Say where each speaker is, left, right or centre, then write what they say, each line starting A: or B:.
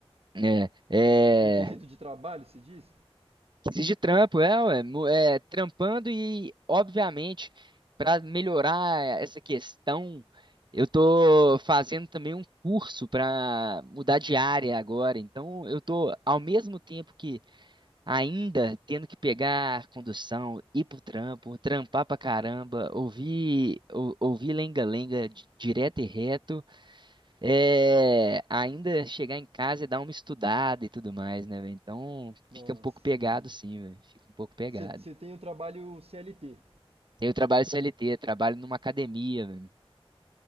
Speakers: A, on the right; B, on the right.
A: É, é...
B: Em quesito de trabalho, se diz?
A: Exige trampo, é, ué, mo- é, trampando e, obviamente, pra melhorar essa questão, eu tô fazendo também um curso pra mudar de área agora. Então, eu tô, ao mesmo tempo que ainda tendo que pegar condução, ir pro trampo, trampar pra caramba, ouvir ou- ouvir lenga-lenga di- direto e reto, é, ainda chegar em casa e dar uma estudada e tudo mais, né, velho? Então
B: Nossa,
A: fica um pouco pegado,
B: entendi.
A: sim, velho. Fica um pouco pegado.
B: Você tem um trabalho CLT.
A: Eu trabalho CLT, trabalho numa academia, velho.